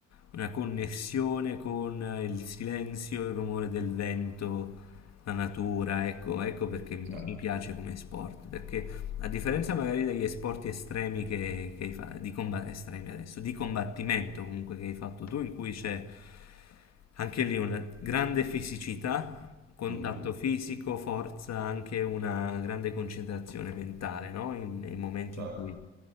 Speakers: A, on the left; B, on the right.
A: una connessione con eh, il silenzio, il rumore del vento, la natura. Ecco, ecco perché mi
B: certo.
A: mi piace come sport, perché a differenza magari degli sport estremi che, che hai fatto, di, comba- estremi adesso, di combattimento comunque che hai fatto tu, in cui c'è anche lì una grande fisicità, contatto
B: Mhm,
A: fisico, forza, anche una grande concentrazione mentale, no? In- nei momenti
B: certo.
A: in cui